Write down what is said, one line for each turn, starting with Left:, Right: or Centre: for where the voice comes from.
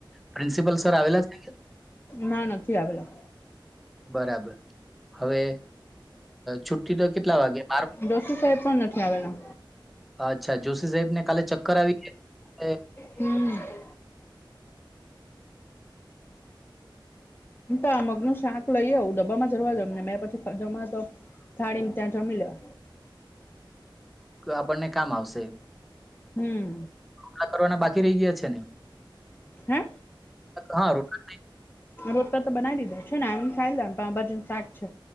Centre: પ્રિન્સિપલ સર આવેલા છે.
Left: ના નથી આવેલા.
Centre: બરાબર હવે છુટ્ટી તો કેટલા વાગ્યા
Left: ડોસી તો એ પણ નથી આવેલા.
Centre: અચ્છા જોશી સાહેબ ને કાલે ચક્કર આવી ગયા.
Left: હમ મ તો આ મગનું શાક લઈ આવું ડબ્બામાં જરવા દ ને મેં પછી જમા તો. થાળીમાં ત્યાં છ મિ્યો
Centre: આપણને કામ આવશે
Left: હમ
Centre: મામલા કરવાના બાકી રહી ગયા છે. ને
Left: હે,
Centre: હા રોટલા
Left: રોટતા તો બનાવી દીધા છે. ને એને ખાઈ લ પણ ભાજન શાક છે.